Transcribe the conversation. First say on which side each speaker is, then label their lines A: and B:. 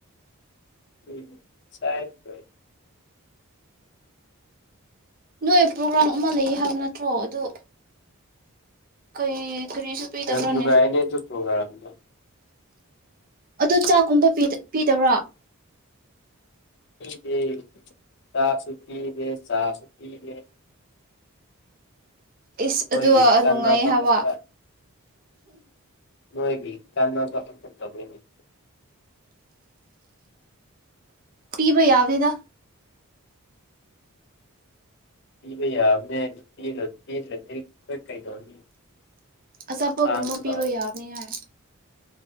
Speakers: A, on the left (about 50°); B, on the right (about 40°).
A: ꯎꯝ ꯁꯥꯏ ꯀꯣꯏ
B: ꯅꯣꯏ ꯄ꯭ꯔꯣꯒ꯭ꯔꯥꯝ ꯑꯃ ꯂꯩ ꯍꯥꯏꯕ ꯅꯠꯇ꯭ꯔꯣ ꯑꯗꯨ ꯀꯔꯤ ꯀꯔꯤꯁꯨ ꯄꯤꯗꯕ꯭ꯔꯥꯅꯦ
A: ꯌꯥꯝ ꯅꯨꯡꯉꯥꯏꯅꯦ ꯑꯗꯨ ꯄ꯭ꯔꯣꯒ꯭ꯔꯥꯝꯗꯣ
B: ꯑꯗꯨ ꯆꯥꯛꯒꯨꯝꯕ ꯄꯤꯗꯕ꯭ꯔꯥ
A: ꯄꯤꯗꯦ ꯆꯥꯛꯁꯨ ꯄꯤꯗꯦ ꯆꯥꯁꯨ ꯄꯤꯗꯦ
B: ꯏꯁ
A: ꯃꯣꯏꯒꯤ
B: ꯑꯗꯨꯒ
A: ꯀꯥꯟꯅꯕ
B: ꯅꯨꯡꯉꯥꯏꯌꯦ ꯍꯥꯏꯕ
A: ꯈꯛꯇ ꯃꯣꯏꯗꯤ ꯀꯥꯟꯅꯕ ꯈꯛꯇ ꯇꯧꯕꯅꯤꯅꯦ
B: ꯄꯤꯕ ꯌꯥꯥꯕꯅꯤꯗ
A: ꯄꯤꯕ ꯌꯥꯕꯅꯦ ꯄꯤꯗ꯭ꯔ ꯄꯤꯗ꯭ꯔꯥꯗꯤ ꯑꯩꯈꯣꯏ ꯀꯩꯗꯧꯅꯤ
B: ꯑꯆꯥꯄꯣꯠꯒꯨꯝꯕ
A: ꯈꯥꯡꯕ
B: ꯄꯤꯕ
A: ꯇꯥꯕꯅꯤ
B: ꯌꯥꯕꯅꯤ ꯍꯥꯏ